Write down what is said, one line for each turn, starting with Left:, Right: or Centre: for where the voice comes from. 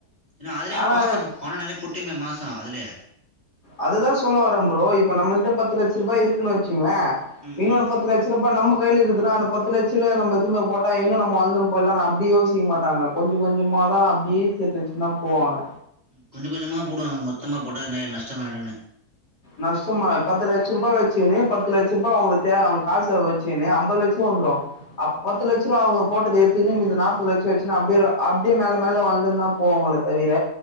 Right: ஏன்னா அதுலயே
Left: ஆனா
Right: பாச பண நெறய கொட்டுமே மாசொ அதுலயே
Left: அதுதா சொல்ல வரே ப்ரோ இப்ப நம்ம கிட்ட பத்து லட்ச ரூபா இருக்குன்னு வச்சு கங்களே
Right: ம்
Left: இன்னொன்னு
Right: ம்
Left: பத்துலட்ச ரூபா நம்மக் கையில இருக்குதுன்னா அந்த பத்து லட்ச ரூவாய நம்ம எடுத்துன்னு போயி போட்டா இன்னு நம்ம வழந்துட்டு போய்டலானு அப்டி யோசிக்க மாட்டாங்க கொஞ்ச கொஞ்சமா அதா அப்டியே சேத்து வச்சுனுந்தா போவாங்க
Right: கொஞ்சோ கொஞ்சமா போடுவாங்க மொத்தமா போட்டா இது நஷ்டமாயிடூன்னு
Left: நஷ்டமா பத்து லட்ச ரூபா வச்சுனு பத்து லட்ச ரூபா அவுங்களுக்கு தேவ அவுங்க காச வச்சுனு அம்பது லட்சரூவா வந்துரு அப் பத்து லட்ச ரூவா அவுங்க போட்டது எடுத்துன்னு மித நாப்பது லட்சோ வச்சின்னு அப்டியே அப்டியே மேல மேல வளந்துனு தா போவோ உள்ள தவிர